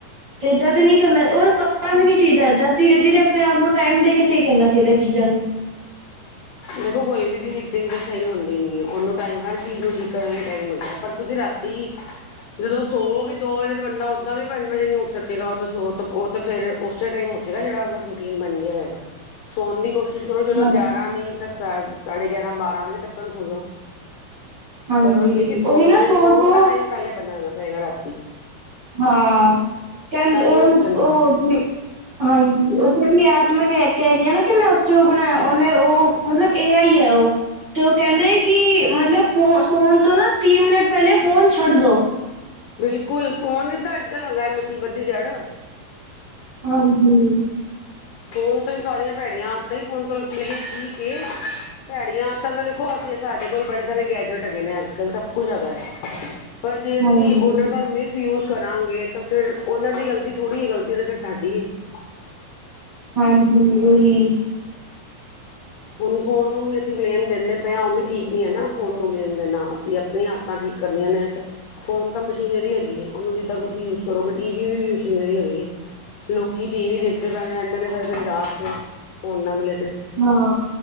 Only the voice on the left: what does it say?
ਦੇਖੋ ਕੋਈ ਵੀ ਚੀਜ਼ ਇੱਕ ਦਿਨ ਦੀ ਸਹੀ ਹੁੰਦੀ ਉਹਨੂੰ ਟਾਈਮ ਹਰ ਚੀਜ਼ ਨੂੰ ਠੀਕ ਕਰਨ ਲਈ ਟਾਈਮ ਲਗਦਾ ਪਰ ਤੁਸੀਂ ਰਾਤੀ ਜਦੋਂ ਸੋ ਗਗੀ ਦੋ ਵਜੇ ਤੋਂ ਬੰਦਾ ਓਦਾਂ ਵੀ ਪੰਜ ਵਜੇ ਨੀ ਉੱਠ ਸਕੇਗਾ ਉਹ ਸੋ ਉਹ ਤਾਂ ਫੇਿਰ ਉਸੇ ਟਾਈਮ ਉੱਠੇਗਾ ਜਿਹੜਾ ਉਸਦਾ ਰੂਟੀਨ ਬਣ ਗਿਆ ਹੋਏਗਾ ਸੋਣ ਦੀ ਕੋਸ਼ਿ ਕੋਸ਼ਿਸ਼ ਕਰੋ ਚਲੋ
ਗਿਆਰਾਂ ਨੀ ਤਾਂ ਸਾਢੇ ਗਿਆਰਾਂ ਬਾਰਾਂ ਵਜੇ ਤੱਕ ਨੂੰ ਹੋ ਜਾੋ
ਪਰ ਉਹੀ ਹੈ ਕਿ ਸੋਨਾ
ਸੋਨ
ਦਾ ਟਾਈਮ ਪਹਿਲੇ ਬਦਣਾ ਪਏਗਾ ਰਾਤੀ
ਤਾਂਹੀਓ
ਉੱਠਣ ਦਾ
ਬਿਲਕੁਲ ਫੋਨ ਨੀ ਤਾਂ ਅੱਜ ਕੱਲ ਹਦਾ ਮਚੀਬਧੀ ਜੜ
ਫੋਨ ਤੋਂ ਹੀ ਸਾਰੀਆਂ ਭੈੜੀਆਂ ਆਤਾ ਹੀ ਫੋਨ ਤੋਂ ਲ ਕੀ ਕੇ ਭੈੜੀਆਂ ਆਤਾਂ ਤਾਂ ਦੇਖੋ ਅਸੀਂ ਸਾਡੇ ਕੋਲ ਬੜੇ ਸਾਰੇ ਗੈਜਟ ਹੈਗੇ ਨੇ ਅੱਜ ਕੱਲ ਸਭ ਕੁੱਛ ਹੈਗਾ ਹੈ ਪਰ ਜੇ
ਅਸੀਂ ਉਹਨਾਂ ਦਾ ਮਿਸ ਯੂਜ ਕਰਾਂਗੇ ਤਾਂ ਫੇਿਰ ਉਹਨਾਂ ਦੀ ਗਲਤੀ ਥੋੜ੍ਹੀ ਹੈ ਗਲਤੀ ਤੇ ਫੇਿਰ ਸਾਡੀ ਹੈ
ਹੁਣ ਫੋਨ ਨੂੰ ਵੀ ਅਸੀ ਬਲੇਮ ਦਿਦੇ ਪਏ ਹਾਂ ਉਹ ਵੀ ਠੀਕ ਨੀ ਹ ਨਾ ਫੋਨ ਨੂੰ ਬਲੇਮ ਦੇਣਾ ਅਸੀ ਆਪਣੀਆਂ ਹਾਤਾਂ ਠੀਕ ਕਰਨੀਆਂ ਨੇ ਫੋਨ ਤਾਂ ਮਸ਼ੀਨਰੀ ਹੈਗੀਏ ਉਹਨੂੰ ਜਿਦਾ ਤੁਸੀ ਯੂਜ ਕਰੋਗੇ ਟੀ ਵੀ ਮਸ਼ੀਨਰੀ ਹੈਗੀ ਹੈ। ਲੋਕੀ ਟੀ ਵੀ ਦੇਖਦੇ ਰਹਿਦੇ ਨੇ ਸਾਰੀ- ਸਾਰੀ ਰਾਤ ਫੋਨ ਨਾ ਮਿਲੇ ਤੇ